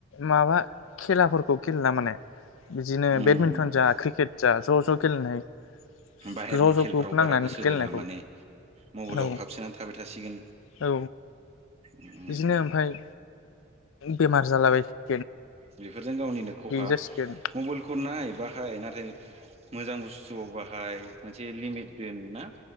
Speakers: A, on the left (about 75°); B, on the right (about 30°).
A: माबा खेलाफोरखौ गेलेला माने बिदिनो
B: उम
A: बेडमिन्टन जा क्रिकेट जा ज' ज' गेलेनाय ज'
B: बाहेरनि
A: ज'
B: खेलफ्राव
A: ग्रुप नांनानै
B: बारा गोसो
A: गेलेनायखौ,
B: होला माने मबाइलाव
A: औ
B: हाबसोनानै थाबाय थासिगोन
A: औ
B: उम
A: बिदिनो ओमफाय बेमार जालाबायो
B: बेफोरजों गावनिनो खहा
A: जासिगोन
B: मबेलखौ नाय बाहाय नाथाय मोजां बुस थुआव बाहाय मोनसे लिमित दोन ना?